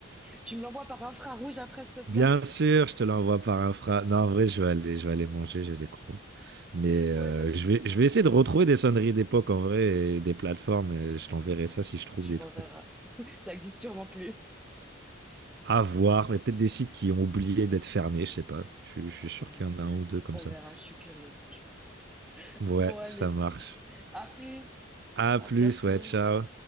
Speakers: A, in the centre; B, on the right.
A: Tu me l'envoies par infrarouge après, s'il te plaît?
B: Bien sûr, je te l'envoie par infra. Non, en vrai, je vais aller, je vais aller manger, j'ai les crocs. Mais euh,
A: Ouais, vas-y,
B: je
A: ça
B: vais,
A: marche.
B: je vais essayer de retrouver des sonneries d'époque en vrai et des plateformes. et je t'enverrai ça si je trouve
A: Tu
B: des
A: m'enverras.
B: trucs
A: <laughs> Ça existe sûrement plus.
B: à voir. Mais peut-être des sites qui ont oublié d'être fermés, je sais pas. Je, suis- je suis sûr
A: Ouais,
B: qu'il
A: peut-être.
B: y en a un ou deux comme
A: On
B: ça.
A: verra, je suis curieuse, franchement.
B: Ouais,
A: Bon, allez,
B: ça marche.
A: à plus.
B: À
A: À
B: plus,
A: bientôt.
B: ouais, ciao.